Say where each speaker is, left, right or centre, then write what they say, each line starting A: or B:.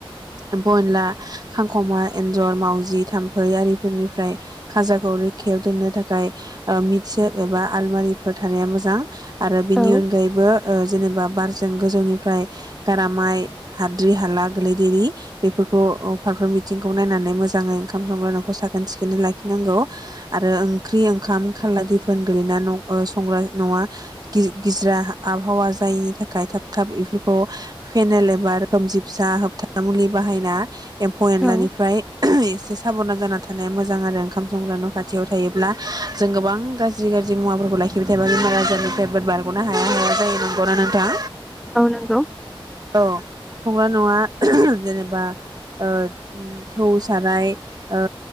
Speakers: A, on the right; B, in the centre.
A: एफनला खांख'मा एन्जर मावजि थाम्फै आरिफोरनिफ्राय खाजाखौ रैखायाव दोननो थाखाय मिटसेब एबा आलमारिफोर थानाया मोजां। आरो बेनि
B: औ
A: अनगायैबो। जेनेबा बारजों गोजौनिफ्राय गारामाइ हाद्रि हाला गोलैदेरि बेफोरखौ फारफ्रोम बिथिंखौ नायनानै मोजाङै ओंखाम संग्रा न'खौ साखोन सिखोनै लाखिनांगौ आरो ओंख्रि ओंखाम खाारला दैफोन। गोगलैना संग्रा नङा गिजिरा आबहावा जायिनि थाखाय थाब थाब बेफोरखौ फेनेल एबाोखोमजबसा होबथा मुलि बाहायना। एम्फौ एनलानिफ्राय
B: औ
A: एसे साब'ना। जाना थानाया मोजां आरो ओंखाम संग्रा न' खाथियाव थायोब्ला जों गोबां गाज ज्रि गाज्रि मुवाफोरखौ लाखिबाय थायोबा बेमार आजारनिफ्राय ब बारग'नो हाया हाया जायो, नंगौना नोंथां?
B: औ नंगौ
A: औ संग्रा न'आ जेनेबा ओ थौ साराय ओ